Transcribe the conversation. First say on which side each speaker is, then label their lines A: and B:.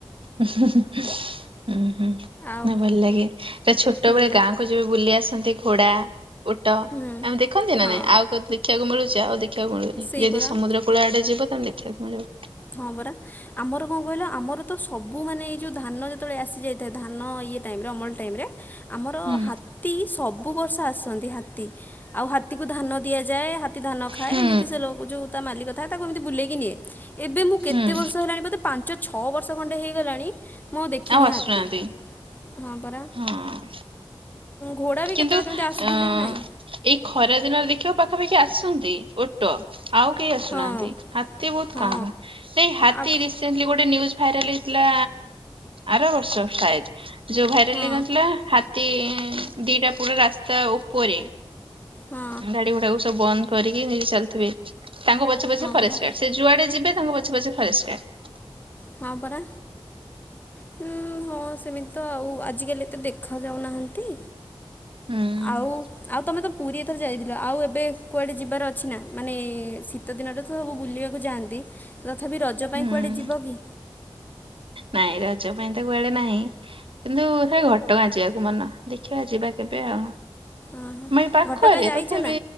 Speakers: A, on the right (about 65°); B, on the left (about 20°).
A: ହୁଁ ନା
B: ଆଉ
A: ଭଲ ଲାଗେ ତ ଛୋଟ
B: ହୁଁ
A: ବେଳେ ଗାଁକୁ ଯବେ ବୁଲି ଆସନ୍ତି ଘୋଡ଼ା ଓଟ ଆମେ
B: ହୁଁ
A: ଦେଖନ୍ତି ନା
B: ହଁ
A: ନାଇଁ ଆଉ ଦେଖିବାକୁ ମିଳୁଛି ଆଉ ଦେଖିବାକୁ ମିଳୁନି
B: ସେଇ
A: ଯଦି
B: ପରା।
A: ସମୁଦ୍ର କୁଳା ଆଡ଼େ ଯିବ ତାହେଲେ ଦେଖିବାକୁ ମିଳିବ
B: ହଁ ପରା ଆମର କଣ କହିଲ ଆମର ତ ସବୁ ମାନେ ଏଇ ଯୋଉ ଧାନ ଯେତେବେଳେ ଆସି ଯାଇଥାଏ ଧାନ ଇଏ ଟାଇମିରେ ଅମଳ ଟାଇମିରେ ଆମର
A: ହୁଁ
B: ହାତୀ ସବୁ ବର୍ଷ ଆସନ୍ତି ହାତୀ ଆଉ ହାତୀକୁ ଧାନ ଦିଆଯାଏ ଧାନ ଖାଏ
A: ହୁଁ
B: ଏମିତି ସେ ଯୋଉ ତା ମାଲିକ ଥାଏ ତାକୁ ଏମିତି ବୁଲେଇକି ନିଏ ଏବେ ମୁଁ କେତେ
A: ହୁଁ
B: ବର୍ଷ ହେଲାଣି ବୋଧେ ପାଞ୍ଚ ଛଅ ବର୍ଷ ଖଣ୍ଡେ ହେଇଗଲାଣି ମୁଁ ଦେଖିନି
A: ଆଉ ଆସୁନାହାନ୍ତି
B: ହାତୀ ହଁ ପରା
A: ହଁ।
B: ଘୋଡ଼ା ବି
A: କିନ୍ତୁ
B: କେତେବେଳେ କେମିତି ଆସୁଥିଲେ
A: ଅ
B: ନାଇଁ
A: ଏଇ ଖରା ଦିନରେ ଦେଖିବ ପାଖାପାଖି ଆସନ୍ତି ଓଟ ଓଟ ଆଉ କେହି ଆସୁନାହାନ୍ତି
B: ହଁ
A: ହାତୀ ବହୁତ
B: ହଁ
A: କମ୍ ନାଇଁ ହାତୀ
B: ଆଗ
A: ରିସେର୍ଣ୍ଣ ଗୋଟେ ନିୟୁଜୁ ଭାଇରାଲେ ହେଇଥିଲା ଆର ବର୍ଷ ସାଏଦେ ଯୋଉ ଭାଇରାଲେ
B: ହଁ
A: ହେଇନଥିଲା ହାତୀ ଦିଟା ପୁରୁ ରାସ୍ତା ଉପରେ
B: ହଁ
A: ଗାଡ଼ି ଘେଡାକୁ ସବୁ ବନ୍ଦ କରିକି ନେଇକି ଚାଲିଥିବେ ତାଙ୍କ ପଛେ ପଛେ
B: ହଁ
A: ଫରେଷ୍ଟ
B: ପରା
A: ଗାର୍ଡ ସେ ଯୁଆଡ଼େ ଯିବେ ତାଙ୍କ ପଛ ପଛେ ଫରେଷ୍ଟ ଗାର୍ଡ଼
B: ହଁ ପରା ହୁଁ ହଁ ସେମିତି ତ ଆଉ ଆଜିକାଲି ଏତେ ଦେଖାଯାଉନାହାନ୍ତି
A: ହୁଁ।
B: ଆଉ ଆଉ ତମେ ତ ପୁରୀଥର ଯାଇଥିଲ ଆଉ ଏବେ କୁଆଡ଼େ ଯିବାର ଅଛି ନା ମାନେ ଶୀତଦିନରେ ତ ସବୁ ବୁଲିବାକୁ ଯାଆନ୍ତି ତଥାପି ରଜ
A: ହୁଁ
B: ପାଇଁ କୁଆଡ଼େ ଯିବ କି
A: ନାଇଁ ରଜ ପାଇଁ ତ କୁଆଡ଼େ ନାହିଁ କିନ୍ତୁ ସେ ଘଟଗାଁ ଯିବାକୁ ମନ ଦେଖିବା ଯିବା କେବେ ଆଉ
B: ଓହୋ
A: ଆମ ଏଇ ପାଖରେ
B: ଘଟଗାଁ ଯାଇଛ
A: ତଥାପି
B: ନା?